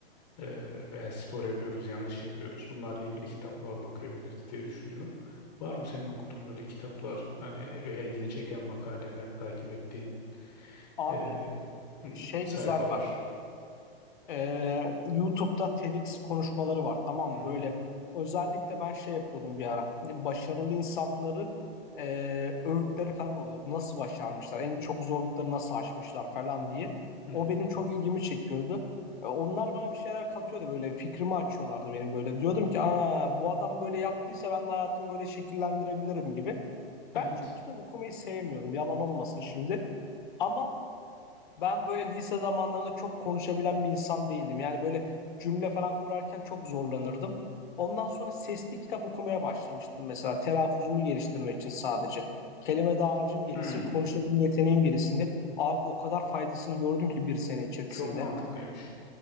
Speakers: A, on the left; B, on the left.
A: Eee, veya spor yapıyoruz yanlış yapıyoruz. Bunlarla ilgili kitaplar da okuyabiliriz diye düşünüyorum. Var mı senin okuduğun böyle kitaplar hani veya ilgini çeken makaleler takip ettiğin
B: Abi
A: e, m,
B: şey
A: sayfalar?
B: güzel bak. Ee, YouTube'da TEDx konuşmaları var tamam
A: Hı
B: mı?
A: hı,
B: Böyle özellikle ben şey yapıyordum bir ara. Başarılı insanların e, öğütleri falan oluyordu. Nasıl başarmışlar? En çok zorlukları nasıl aşmışlar falan diye.
A: hı hı.
B: O benim çok ilgimi çekiyordu. E, onlar bana bir şeyler katıyordu böyle fikrimi açıyorlardı benim böyle. Diyordum ki Aa, bu adam böyle yaptıysa ben de hayatımı böyle şekillendirebilirim gibi.
A: Evet.
B: Ben çok kitap okumayı sevmiyordum yalan olmasın şimdi. Ama ben böyle lise zamanlarında çok konuşabilen bir insan değildim. Yani böyle cümle falan kurarken çok zorlanırdım. Ondan sonra sesli kitap okumaya başlamıştım mesela. Telaffuzumu geliştirmek için sadece. Kelime dağarcığım gelişsin,
A: Hı.
B: konuşabilme yeteneğim gelişsin diye. Abi o kadar faydasını gördüm ki bir sene içerisinde.
A: Çok mantıklıymış.